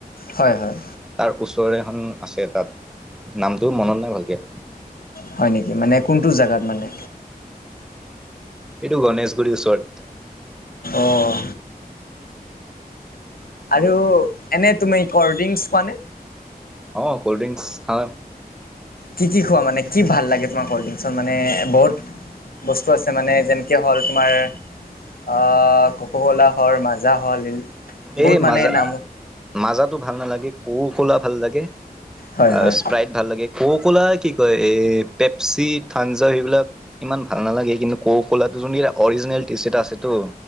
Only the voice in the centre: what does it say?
তাৰ ওচৰে আছে তাত নামটো মনত নাই ভালকে।
এইটো গণেশগুৰিৰ ওচৰত।
অ, কল্ড ড্ৰিংকচ খা
এই
মাজা
মাজাতো ভাল নালাগে কৌকলা ভাল লাগে।
অ,
স্প্ৰাইট ভাল লাগে। কৌককলা কি কয় এই পেপচি থাঞ্জা সেইবিলাক ইমান ভাল নালাগে কিন্তু কৌককলাত জনী অৰিজিনেল টেষ্ট এটাআছে তো